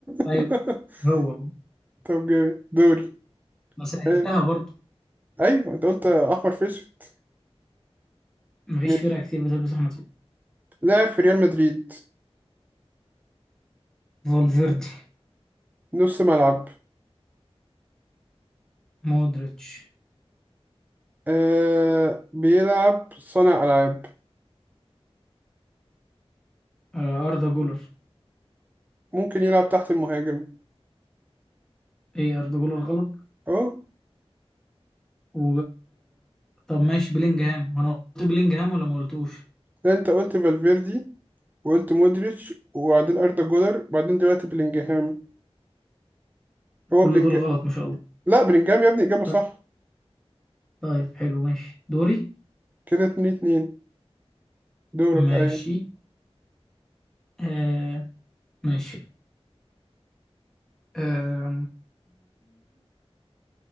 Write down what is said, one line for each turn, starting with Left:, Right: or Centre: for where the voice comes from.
Centre: أيوه
Right: <laughs>
Centre: هو
Right: طب جامد دوري
Centre: ما سهلتها
Right: آه...
Centre: برضه
Right: أيوه أنت قلت أحمر في أسود
Centre: مفيش
Right: ماشي
Centre: فرقة كتير بتلبس أحمر
Right: لاعب في ريال مدريد
Centre: فولفيردي
Right: نص ملعب
Centre: مودريتش
Right: آه... بيلعب صانع ألعاب
Centre: آه أردا جولر
Right: ممكن يلعب تحت المهاجم
Centre: إيه أردا جولر غلط
Right: اه
Centre: و طب ماشي بلينجهام انا قلت بلينجهام ولا ما قلتوش
Right: ده انت قلت فالفيردي وقلت مودريتش وبعدين اردا جولر بعدين دلوقتي بلينجهام هو
Centre: كل
Right: بلينج
Centre: دول غلط ما شاء الله
Right: لا بلينجهام يا ابني اجابه
Centre: طب
Right: صح
Centre: طيب حلو ماشي دوري
Right: كده اتنين اتنين دورك
Centre: ماشي
Right: ايوه
Centre: آه ماشي آه...